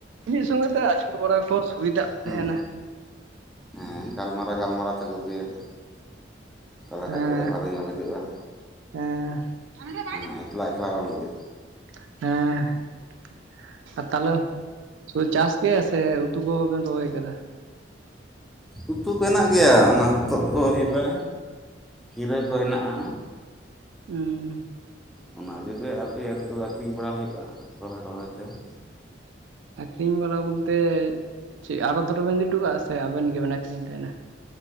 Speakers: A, on the right (about 85°); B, in the centre.
A: ᱢᱤᱫ ᱥᱚᱸᱜᱮ ᱛᱮ ᱟᱹᱪᱩᱨ ᱵᱟᱲᱟ ᱠᱚ ᱥᱩᱵᱤᱫᱟᱜ ᱛᱟᱸᱦᱮᱱᱟ
B: ᱦᱩᱸ ᱦᱮᱸ ᱜᱟᱞᱢᱟᱨᱟᱣ ᱜᱟᱞᱢᱟᱨᱟᱣ ᱛᱮᱜᱩ ᱦᱩᱭᱮᱱᱟ ᱛᱟᱞᱮ
A: ᱦᱮᱸ
B: ᱠᱷᱟᱱᱡ ᱫᱚ ᱵᱷᱟᱞᱮ ᱜᱮ ᱵᱩᱡᱚᱜᱼᱟ
A: <unintelligible>
B: ᱢᱟᱱᱮ ᱮᱠᱞᱟ ᱮᱠᱞᱟ ᱵᱟᱝ ᱵᱩᱡᱷᱼᱟ
A: ᱮᱸ ᱟᱨ ᱛᱟᱞᱮ ᱥᱩ ᱪᱟᱥ ᱜᱮ ᱥᱮ ᱩᱛᱩ ᱠᱚᱸᱦᱚ ᱵᱮᱱ ᱨᱚᱦᱚᱭ ᱠᱟᱫᱟ?
B: ᱩᱛᱩ ᱠᱚ ᱦᱮᱱᱟᱜ ᱜᱮᱭᱟ ᱚᱱᱟ ᱦᱚᱛᱚᱫ ᱠᱚ ᱦᱩᱭᱩᱜᱼᱟ ᱜᱤᱨᱟᱹ ᱠᱚ ᱦᱮᱱᱟᱜᱼᱟ
A: ᱩᱸ᱾
B: ᱚᱱᱟ ᱠᱚᱜᱮ ᱛᱚ ᱫᱚ ᱟᱹᱠᱷᱨᱤᱧ ᱵᱟᱲᱟ ᱦᱩᱭᱩᱜᱼᱟ ᱨᱚᱦᱚᱭ ᱨᱚᱦᱚᱭ ᱛᱮᱦᱚᱸ᱾
A: ᱟᱹᱠᱷᱨᱤᱧ ᱵᱟᱲᱟ ᱵᱚᱞᱛᱮ ᱪᱮᱫ ᱟᱨᱚ ᱫᱷᱚᱨᱟ ᱵᱤᱱ ᱤᱴᱩ ᱠᱚᱜᱼᱟ ᱥᱮ ᱟᱵᱮᱱ ᱜᱮᱵᱮᱱ ᱟᱹᱠᱷᱨᱤᱧ ᱛᱟᱦᱮᱱᱟ᱾